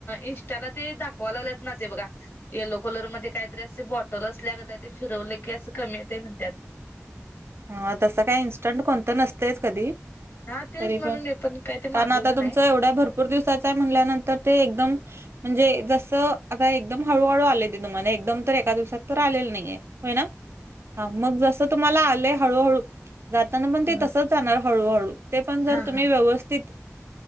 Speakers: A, on the left; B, on the right.
A: इन्स्टा ला ते दाखवा लागल्यात ना ते बघा. येलो कलरमध्ये काहीतरी अशी बॉटल असल्यागत आहे ते फिरवले की असं कमी येतंय म्हणतात.
B: ह तसं काय इन्स्टंट कोणतं नसतेच कधी.
A: हा तेच
B: तरी
A: म्हणून
B: पण
A: मी काय ते
B: कारण
A: मागविलं
B: आता तुमचं
A: नाही.
B: एवढ्या भरपूर दिवसाच आहे म्हणल्यानंतर ते एकदम. म्हणजे जसं आता एकदम हळूहळू आले तुम्हाला एकदम तर एका दिवसात तर आलेलं नाहीये. होय ना हा मग जसं. तुम्हाला आलेय हळूहळू जाताना पण ते
A: हा
B: तसंच जाणार हळूहळू. ते पण जर
A: हा
B: तुम्ही
A: हा
B: व्यवस्थित